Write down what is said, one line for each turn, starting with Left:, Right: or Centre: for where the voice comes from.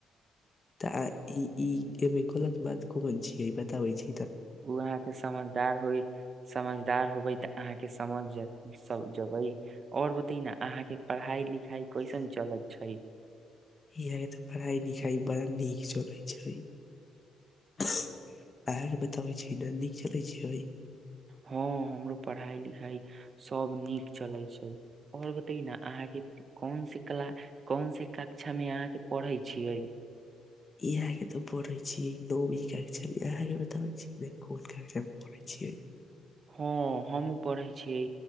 Left: तऽ ई ई एहिमे गलत बात कोन छियै ई बताबै छि
Right: ओ अहाँके समझदार होइ समझदार होबै तऽ अहाँके समझ सब जेबै और बते न अहाँ के पढ़ाई लिखाई कैसन चलत छै
Left: ई होइ तऽ पढ़ाइ लिखाइ बड़ा नीक चल छै अहाके बताबै छी न नीक चलै छै आई
Right: हँ हमरो पढ़ाई लिखाई सब नीक चलै छै ओर बताइ न अहाँके कोनसी कला कोनसी कक्षा मे अहाँके पढ़ै छियै
Left: इहे तऽ पढ़ छी नबी कक्षा मे अहा के बताबै छी ने कोन कक्षा पढ़ै छी छियै
Right: हँ हमू पढ़ै छीयै